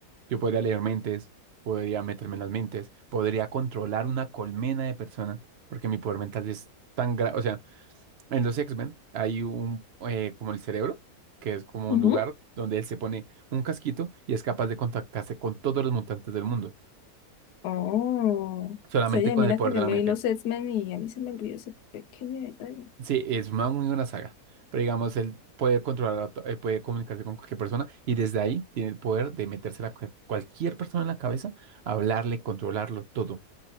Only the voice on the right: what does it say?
Yo podría leer mentes, podría meterme en las mentes, podría controlar una colmena de personas, porque mi poder mental es tan grande. O sea, en los X-Men hay un, eh, como el cerebro, que es como
un lugar donde él se pone un casquito y es capaz de contactarse con todos los mutantes del mundo,
solamente
con
el poder
de la
mente.
Sí, es una muy buena saga, pero digamos, él puede controlar, a to- eh, puede comunicarse con cualquier persona y desde ahí tiene el poder de meterse a cualquier persona en la cabeza, hablarle, controlarlo todo.